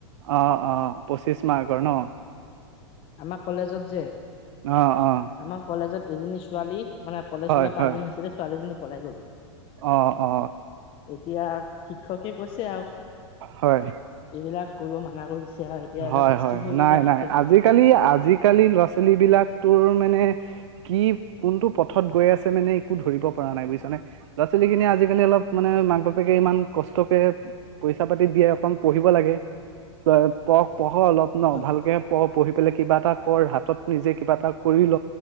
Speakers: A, on the right; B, on the left.
A: অ অ পঁচিশ মাৰ্কৰ ন?
B: আমাৰ কলেজত যে
A: অ অ
B: আমাৰ কলেজত, এজনী ছোৱালী মানে কলেজ
A: হয়
B: ওলাই
A: হয়
B: পাঁচদিন হৈছিলে ছোৱালীজনী, পলাই গল।
A: অ অ।
B: এতিয়া শি ক্ষকে কৈছে আৰু
A: হয়,
B: এইবিলাক, কৰিব মানা কৰিছে। আৰু এতিয়া অলপ
A: হয়
B: ষ্ট্ৰিক
A: হয়,
B: হৈ
A: নাই
B: গ'ল আৰু
A: নাই
B: গোটেইখন।
A: আজিকালি আজিকালি ল'ৰা-ছোৱালীবিলাক তোৰ মানে কি কোনটো পথত গৈ আছে মানে একো ধৰিব পৰা নাই। বুজিছা নে? ল'ৰা-ছোৱালীখিনিয়ে আজিকালি অলপ মানে মাক-বাপেকে ইমান কষ্টকে পইচা পাতি দিয়ে অকণ পঢ়িব লাগে। <unintelligible> প <unintelligible> পঢ় অলপ ন,
B: হয়,
A: ভালকে পঢ় পঢ়ি পেলাই কিবা এটা কৰ, হাতত নিজে কিবা এটা কৰি ল